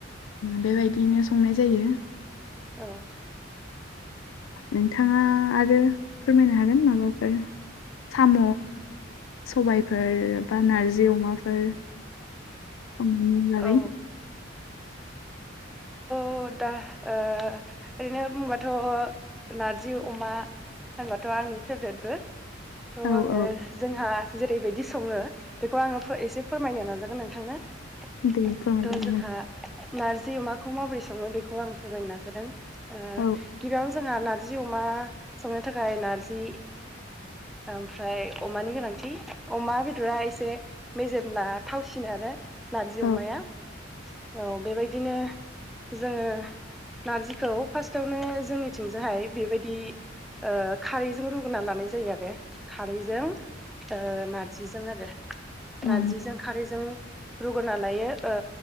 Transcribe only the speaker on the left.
बेबायदियैनो संनाय जायो।
नोंथाङा आरो फोरमायनो हागोन माबाफोर साम' सबायफोर बा नारजि अमाफोर उम नानै।
औ
औ
दे फोरमायजागोन
नों।
औ
औ
औ